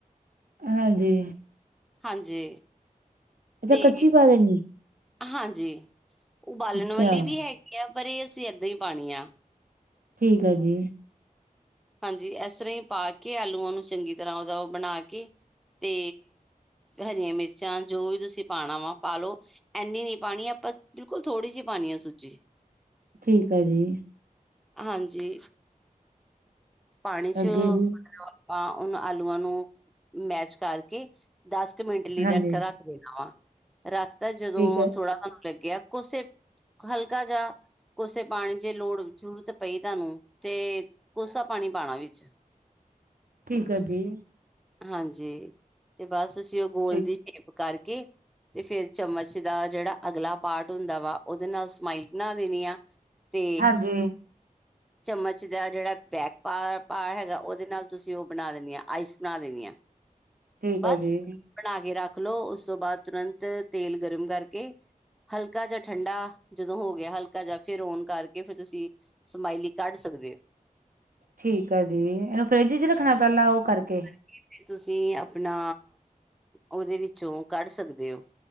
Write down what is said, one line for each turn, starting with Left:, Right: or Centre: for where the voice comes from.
Right: ਹਾਂਜੀ
Centre: ਹਾਂਜੀ
Right: ਅੱਛਾ
Centre: ਤੇ
Right: ਕੱਚੀ ਪਾ ਦੇਣੀ
Centre: ਹਾਂਜੀ ਉਬਾਲਣ
Right: ਅੱਛਾ
Centre: ਵਾਲੀ ਵੀ ਹੈਗੀ ਆ ਪਰ ਇਹ ਅਸੀਂ ਇੱਦਾਂ ਹੀ ਪਾਉਣੀ ਆ।
Right: ਠੀਕ ਆ ਜੀ
Centre: ਹਾਂਜੀ ਇਸ ਤਰ੍ਹਾਂ ਹੀ ਪਾ ਕੇ ਆਲੂਆਂ ਨੂੰ ਚੰਗੀ ਤਰ੍ਹਾਂ ਉਹਦਾ ਉਹ ਬਣਾ ਕੇ ਤੇ ਹਰੀਆਂ ਮਿਰਚਾਂ ਜੋ ਵੀ ਤੁਸੀਂ ਪਾਣਾ ਵਾ ਪਾਲਓ ਐਨੀ ਨੀ ਪਾਣੀ ਆਪਾਂ ਬਿਲਕੁਲ ਥੋੜ੍ਹੀ ਜੀ ਪਾਣੀ ਆ ਆਪਾ ਸੂਜੀ।
Right: ਠੀਕ ਆ ਜੀ।
Centre: ਹਾਂਜੀ। ਪਾਣੀ ਚ
Right: ਅੱਗੇ ਜੀ
Centre: ਆਪਾਂ ਉਨਾਂ ਆਲੂਆਂ ਨੂੰ ਮੈਸ਼ ਕਰਕੇ ਦਸ ਕ ਮਿੰਟ ਲਈ
Right: ਹਾਂਜੀ
Centre: ਰੱਖ-ਰੱਖ ਦੇਣਾ ਵਾ ਰੱਖ ਤਾਂ ਜਦੋਂ
Right: ਠੀਕ ਹੈ
Centre: ਥੋੜਾ ਤੁਹਾਨੂੰ ਲੱਗਿਆ ਕੋਸੇ ਹਲਕਾ ਜਾ ਕੋੇਸੋ ਪਾਣੀ ਜੇ ਲੋੜ ਜ਼ਰੂਰਤ ਪਈ ਤੁਹਾਨੂੰ ਤੇ ਕੋਸਾ ਪਾਣੀ ਪਾਣਾ ਵਿੱਚ।
Right: ਠੀਕ ਆ ਜੀ।
Centre: ਹਾਂਜੀ ਤੇ ਬਸ ਅਸੀਂ ਓ ਗੋਲ
Right: ਠੀਕ
Centre: ਦੀ ਸ਼ੇਪ ਕਰਕੇ ਤੇ ਫੇਰ ਚਮਚ ਦਾ ਜੇੜਾ ਅਗਲਾ ਪਾਰਟ ਹੁੰਦਾ ਵਾ ਓਦੇ ਨਾਲ ਸਮਾਈਲ ਬਣਾ ਦੇਣੀ ਆ ਤੇ
Right: ਹਾਂਜੀ
Centre: ਚਮਚ ਦਾ ਜੇੜਾ ਬੈਕ ਪਾ ਭਾ-ਭਾ ਹੈਗਾ ਓਦੇ ਨਾਲ ਤੁਸੀਂ ਓ ਬਣਾ ਦੇਣੀ ਆਈਸ ਬਣਾ ਦੇਣੀ ਆ
Right: ਠੀਕ
Centre: ਬਸ
Right: ਆ ਜੀ
Centre: ਬਣਾ ਕੇ ਰੱਖ ਲੋ ਉਸ ਤੋਂ ਬਾਦ ਤੁਰੰਤ ਤੇਲ ਗਰਮ ਕਰਕੇ ਹਲਕਾ ਜਾ ਠੰਡਾ ਜਦੋਂ ਹੋ ਗਿਆ ਹਲਕਾ ਜਾ ਫ਼ਿਰ ਔਨ ਕਰਕੇ ਫ਼ਿਰ ਤੁਸੀਂ ਸਮਾਇਲੀ ਕੱਢ ਸਕਦੇ ਓ
Right: ਠੀਕ ਆ ਜੀ ਇਨੂੰ ਫਰਿੱਜ ਚ ਰੱਖਣਾ ਪੈਲਾਂ ਓ ਕਰਕੇ
Centre: ਏ ਫੇਰ ਤੁਸੀਂ ਆਪਣਾ ਓਦੇ ਵਿੱਚੋਂ ਕੱਢ ਸਕਦੇ ਓ।